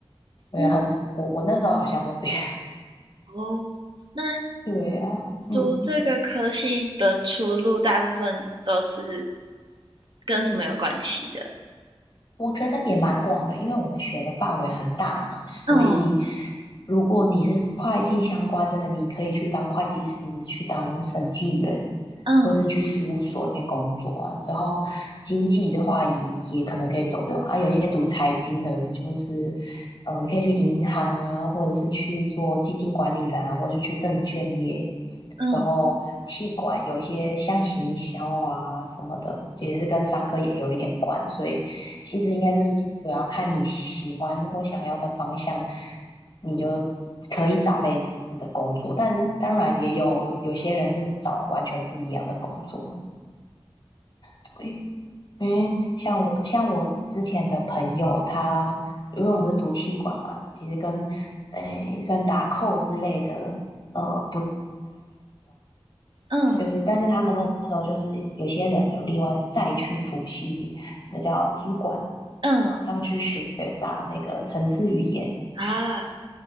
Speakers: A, on the left; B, on the right.
A: 对啊，
B: 那
A: 很我我那时候好像都这样。
B: 哦，那
A: <laughs> 对啊，嗯。
B: 读这个科系的出路，大部分都是跟什么有关系的？
A: 我觉得也蛮广的，因为我们学的范围很大嘛，所以
B: 嗯
A: 如果你是会计相关的，你可以去当会计师，去当审计员，
B: 嗯
A: 或是去事务所里面工作啊。之后经济的话也，也可能可以走这种啊。有些读财经的，就是呃，你可以去银行啊，或者是去做基金管理人啊，或者是去证券业。
B: 嗯
A: 之后，气管有一些像行销啊什么的，其实是跟商科也有一点关，所以其实应该就是主要看你喜欢或想要的方向，你就可以找类似的工作，但当然也有有些人是找完全不一样的工作，对，因为像我像我之前的朋友他，因为我们是读气管嘛，其实跟诶算打扣之类的，呃，不
B: 嗯
A: 就是，但是他们那时候就是有些人有另外再去辅系，那叫资管，
B: 嗯
A: 他们去学打那个城市语言，
B: 啊